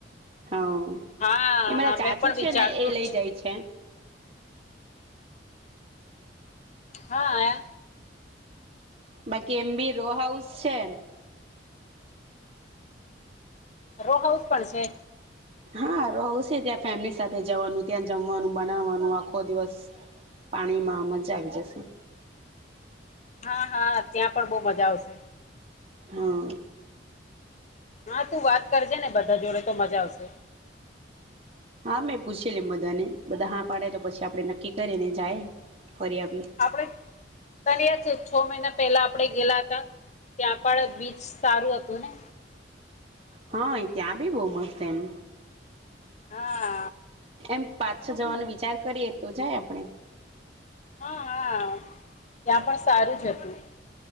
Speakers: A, on the right; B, on the left.
A: હા
B: હા
A: એ મારા
B: હા
A: ચાચુ
B: મેં પણ
A: છે
B: વિચારતી
A: ને એ લઈ
B: જ છું.
A: જાય છે
B: હા આ
A: બાકી એમ બી રો હાઉસ છે એમ.
B: રો હાઉસ પણ છે?
A: હા રો ત્યાં ફેમિલી સાથે જવાનું ત્યાં જમવાનું બનાવવાનું આખો દિવસ પાણીમાં મજા આવી જશે.
B: હા હા ત્યાં પણ બહુ મજા આવશે.
A: હા.
B: હા તું વાત કરજે ને બધા જોડે તો મજા આવશે.
A: હા મેં પૂછે લ એમ બધાને બધા હા પાડે તો પછી આપડે નક્કી કરી ને જાય. ફરી આવીએ
B: આપણે તને યાદ છે છ મહિના પહેલા આપે ગેલા હતા ત્યાંપડ બીચ સારું હતું ને?
A: હા ત્યાં બી બહ મસ્ત છે એમ.
B: હા
A: એમ પાછ છો જવાનો વિચાર કરીએ તો જાય આપણે?
B: હા હા. ત્યાં પણ સારું જ હતું.